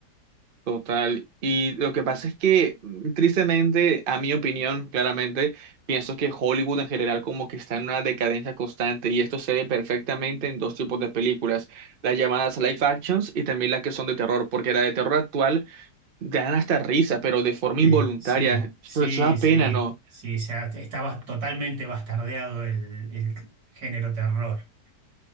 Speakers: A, on the right; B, on the right.
A: Total. Y lo que pasa es que, mm, tristemente, a mi opinión, claramente, pienso que Hollywood en general como que está en una decadencia constante y esto se ve perfectamente en dos tipos de películas, las llamadas live actions y también las que son de terror, porque la de terror actual te dan hasta risa, pero de forma
B: Sí,
A: involuntaria.
B: sí,
A: Eso,
B: sí,
A: eso da
B: sí,
A: pena, ¿no?
B: sí, o sea, estaba totalmente bastardeado el, el género terror.